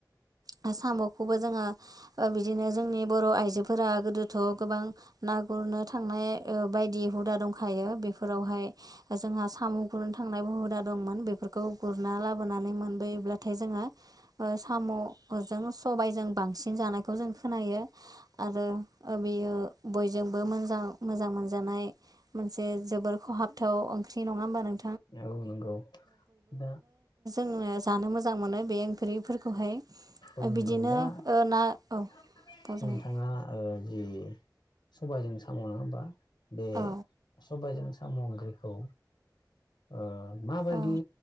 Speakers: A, on the right; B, on the left.
A: आ साम'खौबो जोङो बिदिनो जोंनि बर' आइजोफोरा गोदोथ' गोबां ना गुरनो थांनाय ओ बायदि हुदा दंखायो बेफोरावहाय जोंहा साम' गुरनो थांनाय हुदा दंमोन बेफोरखौ गुरना लाबोनानै मोनबोयोब्लाथाय जोङो ओ साम' अ जों स सबाइ जों बांसिन जानायखौ जों खोनायो। आरो बेयो बय जोंबो मोजां मोजां मोनजानाय मोनसे जोबोर खहाबथाव ओंख्रि नङा होमबा। नों
B: नंगौ नंगौ दा।
A: जों जानो मोजां मोनो बे ओंख्रिफोरखौ हाय
B: औ
A: बिदिनो
B: नंगौ दा
A: ना औ
B: <inaudible>
A: बुंजागोन
B: नोंथाङा जि सबायजों साम' नोबा बे
A: औ
B: सबायजों साम'जोंखौ ओ माबायदि
A: औ